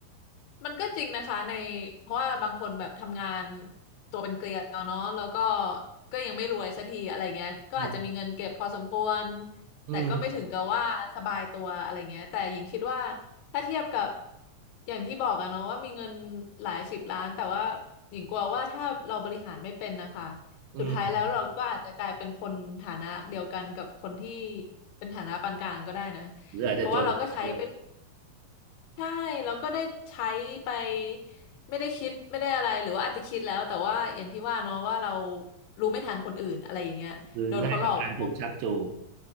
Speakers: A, on the left; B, on the right.
A: มันก็จริงนะคะในเพราะว่าบางคนแบบทำงานตัวเป็นเกลียวเนาะแล้วก็ก็ยังไม่รวยสักทีอะไรเงี้ยก็อาจจะมีเงินเก็บพอสมควร
B: อืมอืม
A: แต่ก็ไม่ถึงกับว่าสบายตัวอะไรเงี้ยแต่หญิงคิดว่าถ้าเทียบกับอย่างที่บอกอะเนาะว่ามีเงินหลายสิบล้านแต่ว่าหญิงกลัวว่าถ้าเราบริหารไม่เป็นนะคะ
B: อืม
A: สุดท้ายแล้วเราก็อาจจะกลายเป็นคนฐานะเดียวกันกับคนที่เป็นฐานะปานกลางก็ได้นะ
B: หรืออาจจะจนกว่าด้วย
A: เพราะว่าเราก็ใช้ไป ใช่แล้วก็ได้ใช้ไปไม่ได้คิดไม่ได้อะไรหรือว่าอาจจะคิดแล้วแต่ว่าอย่างที่ว่าเนาะว่าเรารู้ไม่ทันคนอื่นอะไรอย่างเงี้ยโดนเขาหลอกไปหมด
B: คือง่ายต่อการถูกชักจูง